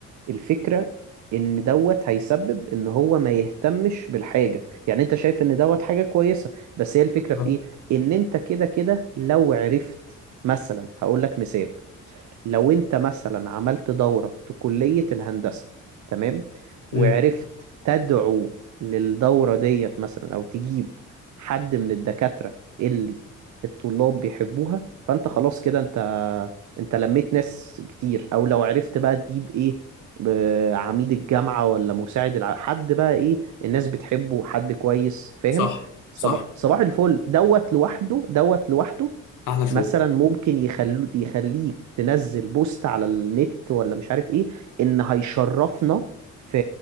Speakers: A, on the right; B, on the left.
A: الفكرة ان دوت هيسبب ان هو ما يهتمش بالحاجة يعني انت شايف ان دوت حاجة كويسة بس هي الفكرة
B: صح
A: في ايه ان انت كده كده لو عرفت مثلا هقول لك مثال لو انت مثلا عملت دورة في كلية الهندسة تمام وعرفت
B: امم
A: تدعو للدورة ديت مثلا او تجيب حد من الدكاترة اللي الطلاب بيحبوها فانت خلاص كده انت انت لميت ناس كتير او لو عرفت بقى تجيب ايه ب- عميد الجامعة ولا مساعد الع... حد بقى ايه الناس بتحبه حد كويس فاهم
B: صح
A: صباح
B: صح
A: صباح الفل دوت لوحده دوت لوحده
B: احلى شغل
A: مثلا ممكن يخلو يخليك تنزل بوست على النت ولا مش عارف ايه ان هيشرفنا في